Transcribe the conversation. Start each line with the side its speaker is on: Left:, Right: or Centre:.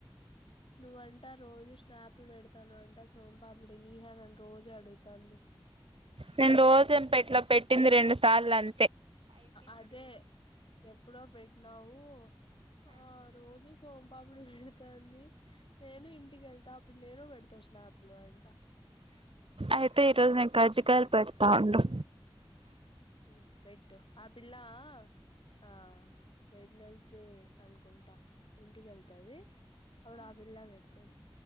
Left: నువ్వాంట రోజు స్నాపుల్ పెడతానువ్వు అంటా సోంపాపిడి నిహా నన్ను రోజు అడుగుతాంది.
Right: నేను రోజేమ్ పెట్లా పెట్టింది రెండు సార్లు అం
Left: అదే ఎప్పుడో పెట్టినావు ఆ రోజు సోంపాపిడి పెడుతాంది నేను ఇంటికి వెళ్తా అప్పుడు నేను పెడతా స్నాప్ లో అంట
Right: అయితే ఈరోజు నేను కర్జకాయలు పెడతా ఉండు.
Left: మ్ పెట్టు ఆ పిల్లా ఆ వెడ్నస్ డే అనుకుంటా ఇంటికి వెళ్తది. అప్పుడు ఆ పిల్లా వెడుతది.